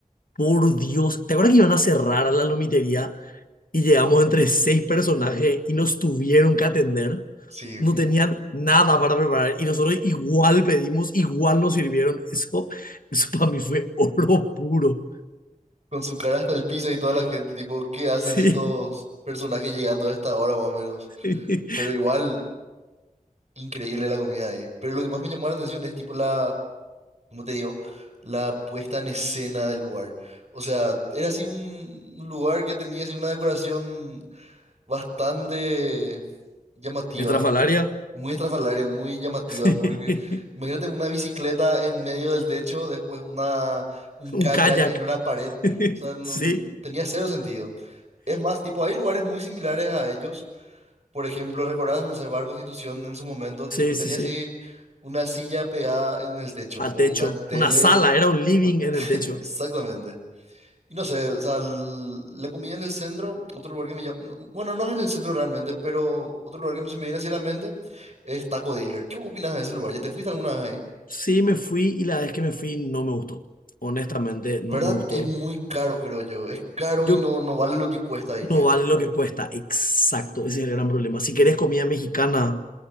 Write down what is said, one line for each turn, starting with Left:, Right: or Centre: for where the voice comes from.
Left: Por Dios, ¿te acuerdas que iban a cerrar la lomitería y llegamos entre seis personajes y nos tuvieron que atender?
Right: Sí,
Left: No
Right: mo-
Left: tenían nada para preparar y nosotros igual pedimos, igual nos sirvieron. Eso, eso para mí fue oro puro.
Right: con su cara hasta el piso y toda la gente, tipo, ¿qué hacen
Left: Sí.
Right: estos personajes llegando a esta hora más o menos?
Left: <laughs>
Right: Pero igual, increíble la comida ahí. Pero lo que más me llamó la atención es, tipo, la, ¿cómo te digo? La puesta en escena del lugar. O sea, era así un un lugar que tenía así una decoración bastante llamativa.
Left: Estrafalaria.
Right: muy estrafalaria, muy llamativa,
Left: Sí.
Right: porque imagínate una bicicleta en medio del techo, después una, un kayak
Left: Un kayak.
Right: en una pared, o
Left: <laughs>
Right: sea, no-
Left: Sí.
Right: tenía cero sentido. Es más, tipo, hay lugares muy similares a ellos. Por ejemplo, recordás, no sé, Bar Constitución en su momento, tipo,
Left: Sí,
Right: tenía
Left: sí, sí.
Right: así una silla pegada en el techo
Left: Al
Right: o
Left: techo.
Right: una tele.
Left: Una sala, era un living
Right: un-
Left: en el techo.
Right: Exactamente. Y no sé, o sea, l- la comida en el centro, otro lugar que me llama, bueno, no es en el centro realmente, pero otro lugar que me- se me viene así a la mente es Taco Dealer. ¿Qué opinas de ese lugar? ¿Ya te fuiste alguna vez ahí?
Left: Sí, me fui y la vez que me fui no me gustó. Honestamente, no
Right: ¿Verdad?
Left: me gustó.
Right: Es muy caro, creo yo. Es caro
Left: Yo
Right: y no, no vale lo que cuesta, diría.
Left: no vale lo que cuesta, exacto, ese es el gran problema. Si querés comida mexicana,